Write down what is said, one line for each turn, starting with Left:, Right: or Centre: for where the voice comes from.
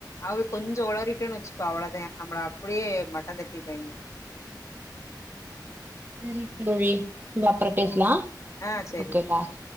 Left: அது கொஞ்ச உளறிட்டேன் வச்சுக்கோ அவ்வளதா நம்மள அப்டியே மட்டந்தட்டிருவங்கே <unintelligible>
Right: சேரி தோழி நம்ம அப்புற பேசலா
Left: ஆ சேரி
Right: ஓகே பாய்